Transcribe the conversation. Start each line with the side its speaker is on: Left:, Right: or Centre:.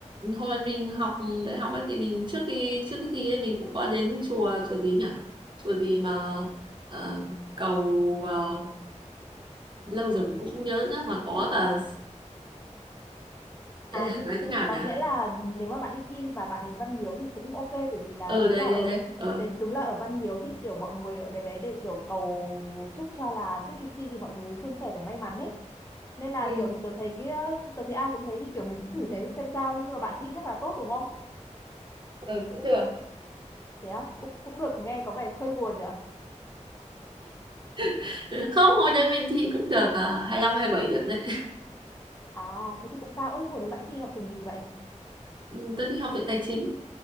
Right: hồi mình học đại học ấy thì mình trước khi trước khi thi ấy mình cũng có đến chùa chùa gì nhỉ chùa gì mà ờ, cầu ờ, lâu rồi mình cũng không nhớ nhá mà có cả Ê,
Left: À, nhưng,
Right: nói thế nào
Left: có
Right: nhỉ
Left: nghĩa là nếu mà bạn đi thi và bạn đánh Văn Miếu thì cũng ok bởi vì là
Right: ờ
Left: đúng
Right: đây
Left: là ở
Right: đây đây ờ
Left: để, đúng là ở Văn Miếu thì kiểu mọi người ở đấy đấy để kiểu cầu chúc cho là trước khi thi thì mọi thứ suôn sẻ và may mắn ấy nên là
Right: Ừ,
Left: kiểu tớ thấy cái tớ thấy ai cũng thế thì kiểu mình thử thế xem sao nhưng mà bạn thi chắc là tốt đúng không
Right: ừ, cũng được.
Left: thế á cũng cũng được nghe có vẻ hơi buồn nhỉ
Right: <laughs> không hồi đấy mình thi cũng được uh, 25 bảy điểm đấy
Left: à thế thì cũng cao Ôi, hồi đấy bạn thi học trường gì vậy
Right: <laughs> ừ, tôi thi học viện tài chính